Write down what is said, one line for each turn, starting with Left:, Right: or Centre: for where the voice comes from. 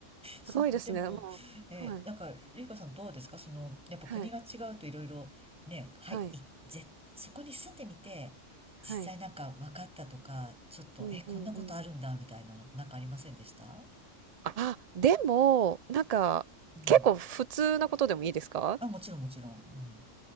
Centre: そう、
Right: すごいですね。
Centre: でも、
Right: もうはい。
Centre: えーなんか、ゆうかさんどうですかその、やっぱ国が違うといろいろ、
Right: はい。
Centre: ね、はい、
Right: はい。
Centre: いぜ、そこに住んでみて、
Right: はい。
Centre: 実際なんか分かったとか、ちょっと、
Right: うんうんうん。
Centre: え、こんなことあるんだ、みたいなの、なんかありませんでした
Right: あ、でも、なんか、
Centre: うん。
Right: 結構普通なことでもいいですか？
Centre: あ、もちろん、もちろん。うん。